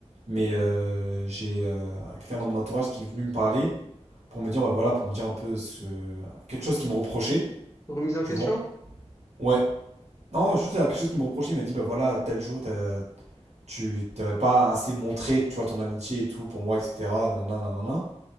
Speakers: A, on the right; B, on the left.
A: Mais euh, j'ai euh, quelqu'un dans mon entourage qui est venu me parler pour me dire, bah voilà, pour me dire un peu ce quelque chose qui me reprochait,
B: Remise en
A: tu
B: question?
A: vois? Ouais. Non, juste euh, quelque chose qui me reprochait, il m'a dit, bah voilà, tel jour, t'as- tu t'avais pas assez montré, tu vois, ton amitié et tout pour moi, etc. Nanana, nanana.